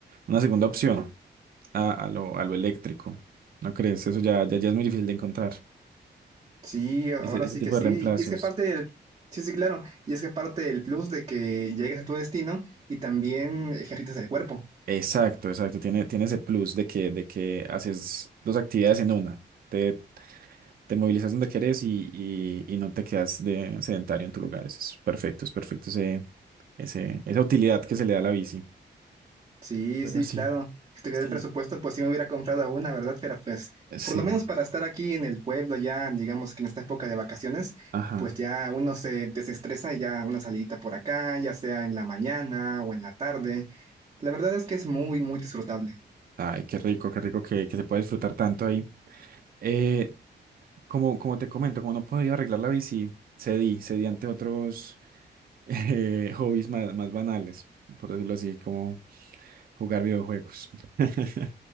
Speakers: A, on the right; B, on the right.
A: una segunda opción a, a lo, a lo eléctrico. ¿No crees? Eso ya, ya, ya es muy difícil de encontrar,
B: Sí, ahora
A: ese, ese
B: sí
A: tipo
B: que sí.
A: de reemplazos.
B: Y es que parte del... Sí, sí, claro. Y es que parte del plus de que llegues a tu destino y también ejercitas el cuerpo.
A: Exacto, exacto. Tiene, tiene ese plus de que, de que haces dos actividades en una. Te, te movilizas donde querés y, y, y no te quedas de sedentario en tu lugar. Eso es perfecto, es perfecto ese, ese, esa utilidad que se le da a la bici.
B: Sí,
A: Pero
B: sí,
A: sí,
B: claro. Si tuviera
A: sí,
B: el presupuesto, pues sí me hubiera comprado una, ¿verdad? Pero pues,
A: sí.
B: por lo menos para estar aquí en el pueblo, ya digamos que en esta época de vacaciones,
A: Ajá.
B: pues ya uno se desestresa y ya una salidita por acá, ya sea en la mañana o en la tarde. La verdad es que es muy, muy disfrutable.
A: Ay, qué rico, qué rico que, que se puede disfrutar tanto ahí. Eh, como, como te comento, como no podía arreglar la bici, cedí, cedí ante otros <laughs> eh, hobbies más, más banales, por decirlo así, como... Jugar videojuegos. <laughs>